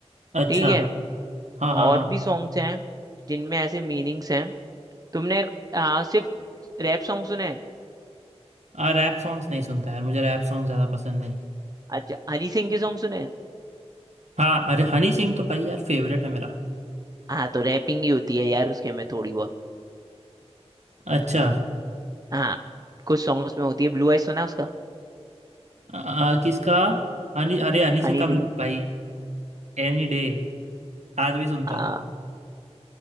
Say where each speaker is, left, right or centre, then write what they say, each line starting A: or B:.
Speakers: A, on the right; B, on the right.
A: अच्छा
B: ठीक है
A: हाँ
B: और
A: हाँ हाँ
B: भी सॉन्ग्स हैं जिनमें ऐसे मीनिंग्स हैं तुमने आ, सिर्फ रैप सॉन्ग सुने हैं?
A: हाँ रैप सॉन्ग्स नहीं सुनता यार मुझे रैप सॉन्ग ज़्यादा पसंद नहीं
B: अच्छा हनी सिंह के सॉन्ग सुने हैं?
A: हाँ अरे हनी सिंह तो भाई यार फेवरेट है मेरा
B: हाँ तो रैपिंग ही होती है यार उसके में थोड़ी बहुत
A: अच्छा
B: हाँ कुछ सॉन्ग्स में होती है ब्लू आइज सुना है उसका
A: आ, आ, किसका हनी अरे हनी सिंह
B: हनी
A: का ब्लू-
B: सिंह
A: भाई एनी डे आज भी सुनता
B: हाँ
A: हूँ